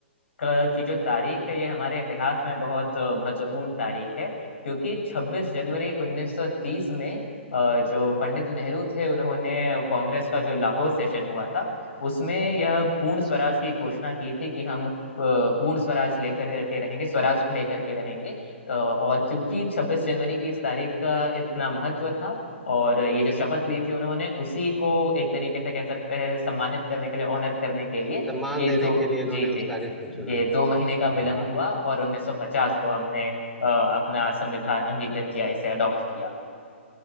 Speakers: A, on the left; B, in the centre.
A: क- की जो तारीख है ये हमारे इतिहास में बहुत अ, महत्वपूर्ण तारीख है क्योंकि छब्बीस जनवरी 1930 में अ, जो पंडित नेहरू थे उन्होंने कांग्रेस का जो लाहौर सेशन हुआ था उसमें यह पूर्ण
B: अच्छा।
A: स्वराज की घोषणा की थी कि हम अ, पूर्ण स्वराज लेकर के रहेंगे स्वराज लेकर के रहेंगे अ, और क्योंकि 26 जनवरी की इस तारीख का इतना महत्व था और ये जो शपथ ली थी उन्होंने उसी को एक तरीके से कह सकते हैं सम्मानित करने के लिए ऑनर करने के लिए
B: सम्मान
A: ये
B: देने
A: दो
B: के लिए इन्होंने
A: जी
B: उस
A: जी
B: तारीख को चुना
A: ये दो महीने का
B: अरे
A: विलंब
B: वाह
A: हुआ और 1950 को हमने अ, अपना संविधान अंगीकृत किया इसे अडॉप्ट किया